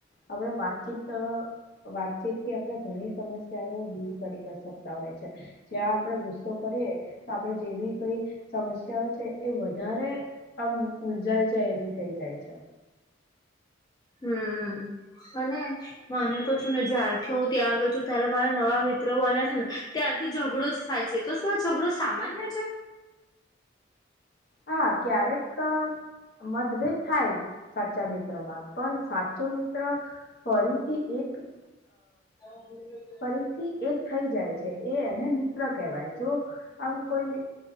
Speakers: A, on the left; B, on the left.
A: આપણે વાતચીત. વાતચીતથી આપણે ઘણી સમસ્યાઓ દૂર કરી શકતા હોય છે. જ્યાં આપડે ગુસ્સો કરીએ તો આપે જે બી કોઈ સમસ્યાઓ. એ વધારે આમ ઉલજાઈ જાય એવી થઇ જાય છે.
B: હમ અને ને. મને તો છે ને જ્યારથી હું ત્યાં ગયો છું ત્યારે મારા નવા મિત્રો બન્યા છે ને. ત્યારથી ઝઘડો જ થાય છે તો શું આ ઝઘડો સામાન્ય છે.
A: હા, ક્યારેક મતભેદ થાય. સાચા મિત્રમાં પણ સાચો ફરીથી એક <inaudible>
B: <inaudible>
A: ફરીથી એક થઈ જાય છે એ એને મિત્ર કહેવાય જો આમ કોઈ.